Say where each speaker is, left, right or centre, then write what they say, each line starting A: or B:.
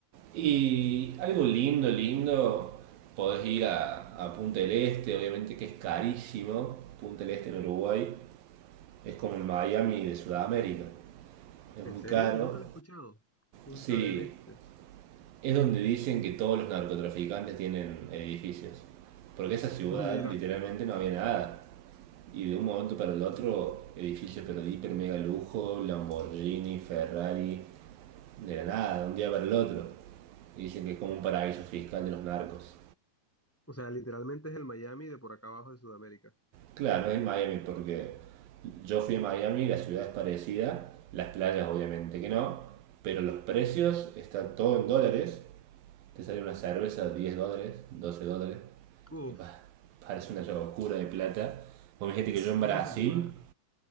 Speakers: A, on the right; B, in the centre.
A: Y algo lindo, lindo, podés ir a, a Punta del Este, obviamente que es carísimo. Punta del Este en Uruguay es como el Miami de Sudamérica, es
B: ¿En
A: muy
B: serio?
A: caro.
B: Nunca lo he escuchado. Punta
A: Sí,
B: del Este.
A: Es donde dicen que todos los narcotraficantes tienen edificios. Porque esa ciudad
B: <laughs> Mira,
A: literalmente no había nada. Y de un momento para el otro, edificios pero de hiper mega lujo, Lamborghini, Ferrari, de la nada, de un día para el otro. Y dicen que es como un paraíso fiscal de los narcos.
B: o sea, literalmente es el Miami de por acá abajo de Sudamérica.
A: Claro, es Miami porque yo fui a Miami, la ciudad es parecida, las playas obviamente que no, pero los precios están todo en dólares Te sale una cerveza de 10 dólares, 12 dólares.
B: Uf,
A: Y pa- parece una llave oscura de plata. Vos gente que yo en
B: hermano.
A: Brasil,